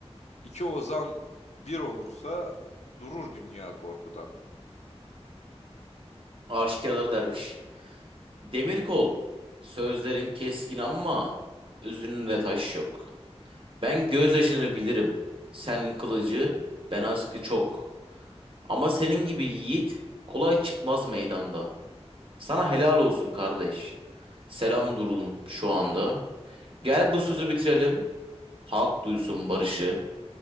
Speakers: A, on the left (about 80°); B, on the right (about 50°).
A: İki ozan bir olursa durur dünya korkudan.
B: Aşikarları derviş. Demir kol. Sözlerin keskin ama özünde taş yok. Ben gözyaşını bilirim. Sen kılıcı, ben askı çok. Ama senin gibi yiğit kolay çıkmaz meydanda. Sana helal olsun kardeş. Selam durdum şu anda. Gel bu sözü bitirelim. Halk duysun barışı.